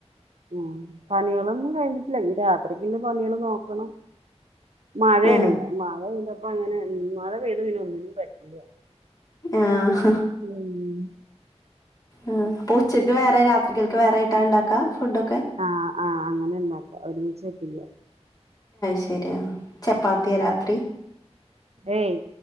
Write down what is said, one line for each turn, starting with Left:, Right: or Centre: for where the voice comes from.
Right: ഉം പണികളൊന്നും കഴിഞ്ഞിട്ടില്ല ഈ രാത്ക്കുള്ള പണികള് നോക്കണം മഴയണ്യ
Left: ആ
Right: മഴ പെയ്തപ്പോ അങ്ങനെ മഴ പെയ്ത പിനെ ഒന്നിനും പറ്റില്ല
Left: ആഹ
Right: ഉം
Left: ഉ അപ്പൊ ഉച്ചക്ക് വേറെ രാത്കൾക്ക് വേറെ ആട്ടാ ഉണ്ടാക്കാ ഫുഡൊക്കെ
Right: ആഹ് ആഹ് അങ്ങനെ ഇണ്ടാക്കാ ഒരുമിച്ച് വെപ്പില്ല
Left: ശരിയാ ചപ്പാത്തിയ രാത്രി
Right: ഏയ്